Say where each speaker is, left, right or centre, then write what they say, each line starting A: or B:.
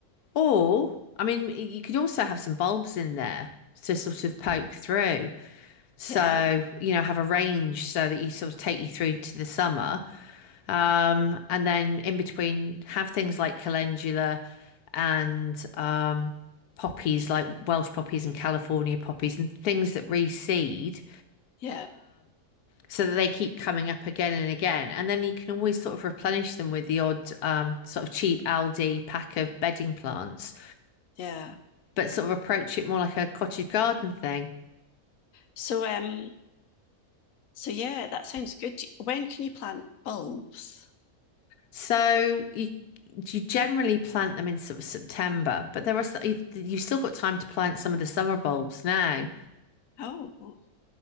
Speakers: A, on the left; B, on the left.
A: or I mean, you could also have some bulbs in there to sort of poke through. So,
B: yeah,
A: you know, have a range so that you sort of take you through to the summer. Um, and then in between, have things like calendula and um, poppies, like Welsh poppies and California poppies, and things that reseed
B: yeah,
A: so that they keep coming up again and again. And then you can always sort of replenish them with the odd um, sort of cheap Aldi pack of bedding plants,
B: yeah.
A: but sort of approach it more like a cottage garden thing.
B: So um So yeah, that sounds good. Do- When can you plant bulbs?
A: So you you generally plant them in sort of September, but there are s- you- you've still got time to plant some of the summer bulbs now.
B: Oh,